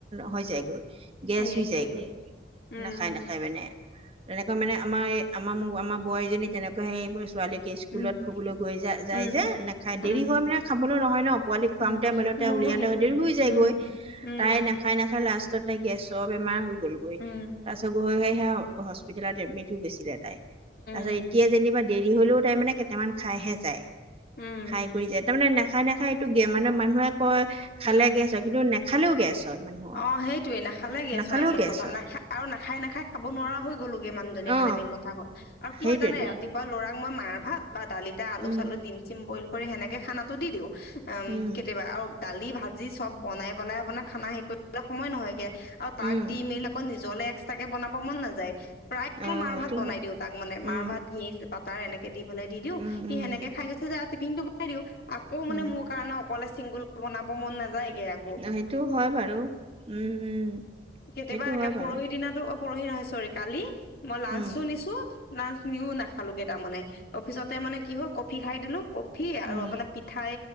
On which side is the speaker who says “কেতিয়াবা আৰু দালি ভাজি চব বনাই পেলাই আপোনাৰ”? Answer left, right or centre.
Left